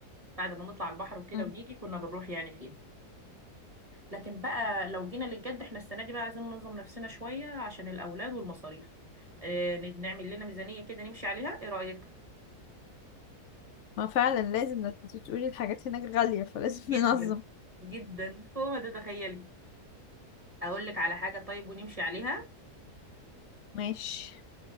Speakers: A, on the right; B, on the left.
A: بعد ما نطلع البحر وكده
B: مم.
A: ونيجي كنا بنروح يعني فيها لكن بقى لو جينا للجد احنا السنه دي بقى عايزين ننظم نفسنا شويه عشان الاولاد والمصاريف آه، نعمل لنا ميزانيه كده نمشي عليها ايه رايك
B: ما فعلا لازم ده انت تقولي الحاجات هناك غالية فلازم
A: جدا
B: <laughs> ننظم
A: جدا هو ما تتخيلي اقول لك على حاجه طيب ونمشي عليها
B: ماشي